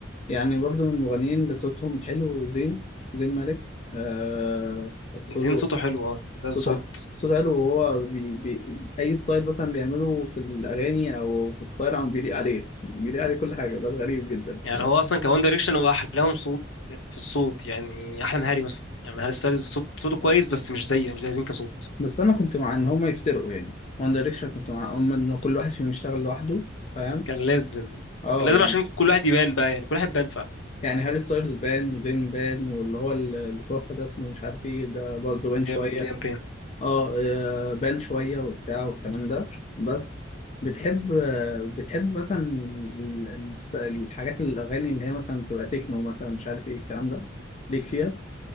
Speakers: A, on the left; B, on the left.
A: يعني برضو من المغنيين اللي صوتهم حلو زين زين مالك آه صوته
B: زين صوته حلو اه يعني
A: صوته
B: ده صوت
A: صوته حلو وهو بي بي اي ستايل مثلا بيعمله في الاغاني او في الستايل عم بيليق عليه بيليق عليه كل حاجه ده غريب جدا الصراحه
B: يعني هو اصلا كوان دايركشن هو احلاهم صوت في الصوت يعني احلى من هاري مثلا يعني هاري ستايلز صوت صوته كويس بس مش زي مش زي زين كصوت
A: بس انا كنت مع ان هما يفترقوا يعني وان دايركشن كنت معاهم ان كل واحد فيهم يشتغل لوحده فاهم
B: كان لازم
A: اه
B: كان لازم
A: يعني
B: عشان كل واحد يبان بقى يعني كل واحد يبان فعلا
A: يعني هاري ستايلز بان وزين بان واللي هو اللي اللي توفى ده اسمه مش عارف ايه ده برضه بان
B: ليام
A: شويه
B: ليام بيان
A: اه آه، بان شويه وبتاع والكلام ده بس بتحب آه، بتحب مثلا ال- الس- الحاجات الاغاني اللي هي مثلا بتبقى تكنو مثلا مش عارف ايه الكلام ده ليك فيها